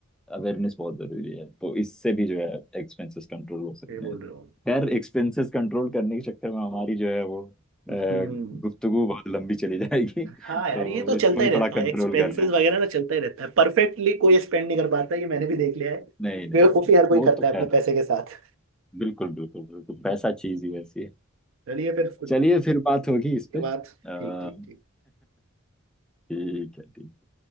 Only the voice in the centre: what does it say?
अवेयरनेस बहुत जरूरी है तो इससे भी जो है एक्सपेंसेस कंट्रोल हो सकते
हैं
खैर एक्सपेंसेस कंट्रोल करने के चक्कर में हमारी जो है वो अ,
गुफ्तगू बहुत लंबी चली जाएगी <laughs>
तो
इसको
भी
थोड़ा कंट्रोल
करना है
नहीं नहीं
नहीं
वो
तो खैर
बिल्कुल बिल्कुल बिल्कुल पैसा चीज ही वैसी है
चलिए फिर बात होगी
इस पे
अ,
ठीक है ठीक